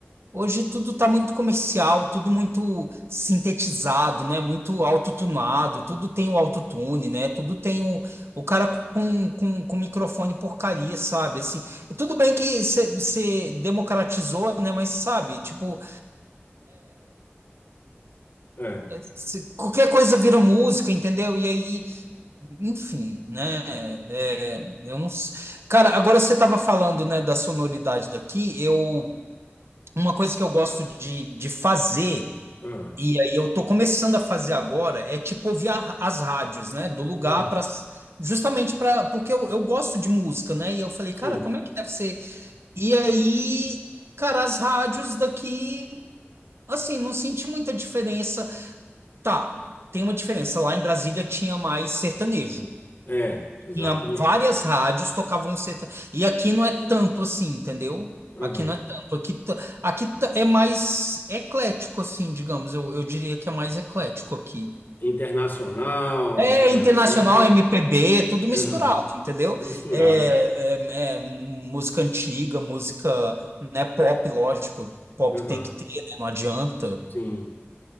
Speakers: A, on the right; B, on the left.
A: Hoje tudo está muito comercial, tudo muito sintetizado, né? Muito autotunado, tudo tem o autotune, né? Tudo tem o, o cara com, com, com microfone porcaria, sabe? Assim, tudo bem que você democratizou, né? Mas sabe, tipo,
B: É.
A: eh, cê- qualquer coisa vira música, entendeu? E aí, enfim, né? É, eu não. s- Cara, agora você estava falando, né, da sonoridade daqui, eu. Uma coisa que eu gosto de, de fazer.
B: ah,
A: E aí eu tô começando a fazer agora, é tipo ouvir a- as rádios, né, do lugar
B: aham,
A: para justamente para porque eu, eu gosto de música, né? E eu falei, cara,
B: sim.
A: como é que deve ser? E aí, cara, as rádios daqui, assim, não senti muita diferença. Tá, tem uma diferença. Lá em Brasília tinha mais sertanejo.
B: É, exatamente.
A: Tinha várias rádios tocavam sertanejo. E aqui não é tanto assim, entendeu?
B: Aham.
A: Aqui não é tanto. Aqui, t- aqui t- é mais eclético, assim, digamos. Eu, eu diria que é mais eclético aqui.
B: Internacional,
A: É
B: do Brasil.
A: internacional, MPB, é tudo misturado,
B: Aham.
A: entendeu?
B: Misturado.
A: É, é- é música antiga, música, né, pop, lógico. Pop
B: Aham.
A: tem que ter, né? Não adianta.
B: Sim.